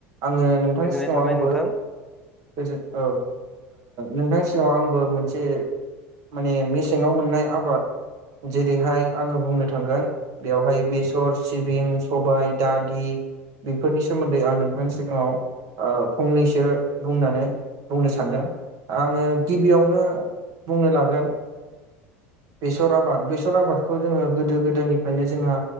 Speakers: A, on the right; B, in the centre.
A: आङो नोंथांनि
B: गोजोननाय
A: सिगाङाव
B: थाबाय
A: आंबो
B: नोंथां
A: गोजोन औ। नोंथां सिगाव आंबो मोनसे माने मेसेङाव मोननाय आबाद जेरैहाय आङो बुंनो थांगोन। बेवहाय बेसर सिबिं सबाय दालि बेफोरनि सोमोन्दै आं नोंथांनि सिगाङाव फंनैसो बुंनानै बुंनो सानदों। आङो गिबियावनो बुंनो लागोन। बेसर आबाद बेसर आबादखौ जोङो गोदो गोदायनिफ्रायनो जोंहा